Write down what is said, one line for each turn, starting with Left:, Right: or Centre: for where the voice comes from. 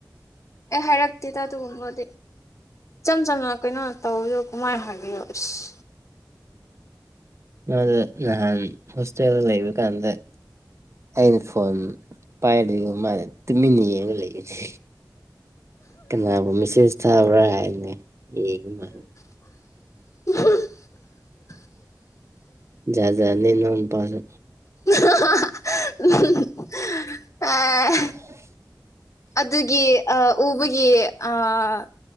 Left: ꯑꯦ ꯍꯥꯏꯔꯛꯇꯦꯗ ꯑꯗꯨꯒꯨꯝꯕꯗꯤ ꯏꯆꯝ ꯆꯝꯅ ꯀꯩꯅꯣ ꯇꯧꯕꯗꯨ ꯀꯃꯥꯏ ꯍꯥꯏꯒꯦꯔꯣ ꯏꯁ
Right: ꯃꯣꯟꯗ ꯅꯍꯥꯟ ꯍꯣꯁꯇꯦꯜꯗ ꯂꯩꯕ ꯀꯥꯟꯗ ꯑꯩꯅ ꯐꯣꯟ ꯄꯥꯏꯗ꯭ꯔꯤꯕ ꯃꯥꯅ ꯇꯨꯃꯤꯟꯅ ꯌꯦꯡꯉ ꯂꯩꯌꯦꯅꯦ ꯀꯅꯥꯕꯨꯨ ꯃꯤꯁꯦꯁ ꯊꯥꯕ꯭ꯔꯥ ꯍꯥꯏꯅ ꯌꯦꯡꯉꯤ ꯃꯥꯜ
Left: <unintelligible>
Right: ꯖꯥꯠ ꯖꯥꯠꯅꯦ ꯅꯪ ꯅꯨꯄꯥꯁꯨ
Left: <unintelligible> ꯑꯦ
Right: <unintelligible>
Left: ꯑꯗꯨꯒꯤ ꯑꯥ ꯎꯕꯒꯤ ꯑꯥ